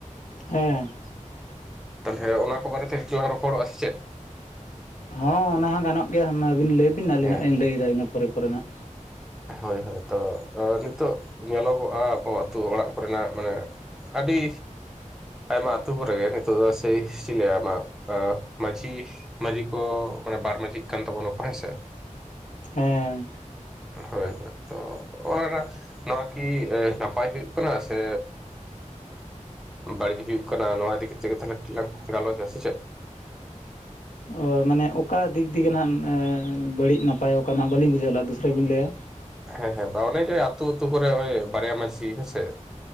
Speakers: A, on the left (about 75°); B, in the centre.
A: ᱦᱮᱸ
B: ᱛᱟᱦᱚᱞᱮ ᱚᱱᱟ ᱠᱚ ᱵᱟᱨᱮᱛᱮ ᱠᱟᱹᱴᱤᱡ ᱞᱟᱝ ᱨᱚᱯᱚᱲᱚᱜ -ᱟ ᱥᱮ ᱪᱮᱫ
A: ᱦᱚᱸ ᱚᱱᱟ ᱦᱚᱸ ᱜᱟᱱᱚᱜ ᱜᱮᱭᱟ ᱟᱹᱵᱤᱱ ᱞᱟᱹᱭ ᱵᱤᱱ ᱟᱹᱞᱤᱧ
B: ᱦᱮᱸ
A: ᱦᱟᱜ ᱞᱤᱧ ᱞᱟᱹᱭᱮᱫᱟ ᱤᱱᱟᱹ ᱯᱚᱨᱮ ᱯᱚᱨᱮ ᱦᱟᱜ
B: ᱦᱳᱭ ᱦᱳᱭ ᱛᱚ ᱱᱤᱛᱚᱜ ᱧᱮᱞᱚᱜᱚᱜᱼᱟ ᱟᱵᱚ ᱟᱹᱛᱩ ᱚᱲᱟᱜ ᱠᱚᱨᱮᱱᱟᱜ ᱢᱟᱱᱮ ᱟᱹᱰᱤ ᱟᱭᱢᱟ ᱟᱹᱛᱩ ᱠᱚ ᱨᱮᱜᱮ ᱱᱤᱛᱚᱜ ᱫᱚ ᱥᱮ ᱪᱮᱫ ᱞᱟᱹᱭ ᱟᱢᱟ ᱢᱟᱹᱡᱷᱤ ᱢᱟᱹᱡᱷᱤ ᱠᱚ ᱢᱟᱱᱮ ᱵᱟᱨ ᱢᱟᱹᱡᱷᱤᱜ ᱠᱟᱱ ᱛᱟᱵᱚᱱᱟ ᱠᱚ ᱦᱮᱸᱥᱮ
A: ᱦᱮᱸ
B: ᱦᱳᱭ ᱦᱳᱭ ᱛᱚ ᱚᱱᱟ ᱱᱚᱣᱟ ᱠᱤ ᱱᱟᱯᱟᱭ ᱦᱩᱭᱩᱜ ᱠᱟᱱᱟ ᱥᱮ ᱵᱟᱹᱲᱤᱡ ᱦᱩᱭᱩᱜ ᱠᱟᱱᱟ ᱱᱚᱣᱟ ᱤᱫᱤ ᱠᱟᱛᱮᱫ ᱜᱮ ᱛᱟᱦᱚᱞᱮ ᱠᱟᱴᱤᱡ ᱞᱟᱝ ᱜᱟᱞᱚᱪᱟ ᱥᱮ ᱪᱮᱫ
A: ᱚ ᱢᱟᱱᱮ ᱚᱠᱟ ᱫᱤᱠ ᱫᱤᱭᱤ ᱦᱟᱸᱜ ᱵᱟᱹᱲᱤᱡ ᱱᱟᱯᱟᱭ ᱚᱠᱟ ᱱᱟᱜ ᱵᱟᱹᱞᱤᱧ ᱵᱩᱡᱷᱟᱹᱣ ᱞᱮᱫᱼᱟ ᱫᱚᱥᱨᱟ ᱵᱤᱱ ᱞᱟᱹᱭᱟ
B: ᱦᱮᱸ ᱦᱮᱸ ᱵᱟ ᱚᱱᱮ ᱡᱮ ᱟᱹᱛᱩ ᱟᱹᱛᱩ ᱠᱚᱨᱮ ᱚᱭ ᱵᱟᱨᱭᱟ ᱢᱟᱹᱡᱷᱤ ᱦᱮᱸ ᱥᱮ